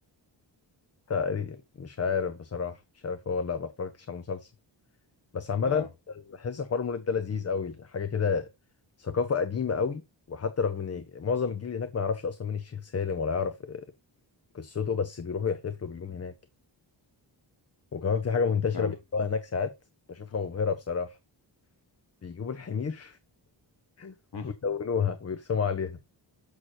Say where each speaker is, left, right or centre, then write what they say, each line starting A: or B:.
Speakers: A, on the left; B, on the left.
A: تقريبا مش عارف بصراحة مش عارف هو ولا لا ما اتفرجتش على المسلسل بس عامة
B: اه
A: بحس حوار المولد ده لذيذ قوي حاجة كده ثقافة قديمة قوي وحتى رغم ان معظم الجيل اللي هناك ما يعرفش اصلا مين الشيخ سالم ولا يعرف آه، قصته بس بيروحوا يحتفلوا باليوم هناك وكمان في حاجة منتشرة
B: تمام
A: بيعملوها هناك ساعات بشوفها مبهرة بصراحة بيجيبوا الحمير <laughs>
B: <laughs>
A: ويلونوها ويرسموا عليها